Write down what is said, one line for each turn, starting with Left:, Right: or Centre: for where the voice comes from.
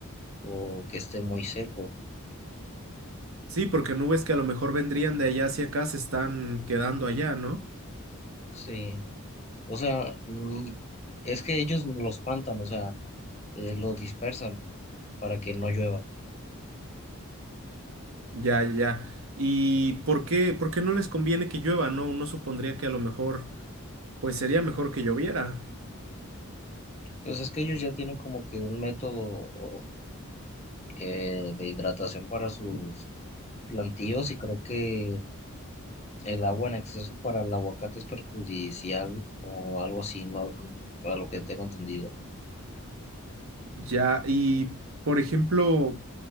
Left: o que esté muy seco.
Right: sí, porque nubes que a lo mejor vendrían de allá hacia acá se están quedando allá, ¿no?
Left: Sí, o sea, mm, es que ellos lo espantan, o sea, eh, lo dispersan para que no llueva.
Right: Ya, ya. ¿Y por qué, por qué no les conviene que llueva? No, uno supondría que a lo mejor Pues sería mejor que lloviera.
Left: Pues es que ellos ya tienen como que un método eh, de hidratación para sus plantíos y creo que el agua en exceso para el aguacate es perjudicial o algo así, no, a lo que tengo entendido.
Right: Ya, y por ejemplo,